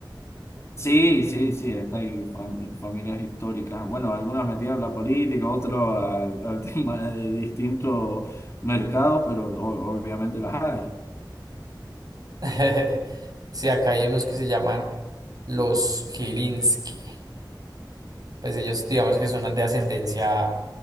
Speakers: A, on the left; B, on the right.
A: Sí, sí, sí, acá hay fam- familias históricas. Bueno, algunas metidas a la política, otros al, al <laughs> tema de distintos mercados, pero o- obviamente las hay.
B: <laughs> Sí, acá hay unos que se llaman los Gilinski. Pues ellos digamos que son de ascendencia,